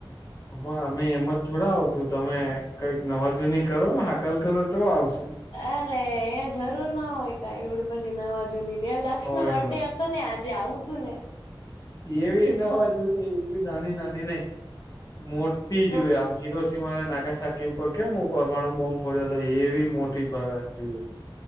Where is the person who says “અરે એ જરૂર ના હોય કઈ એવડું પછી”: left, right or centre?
Left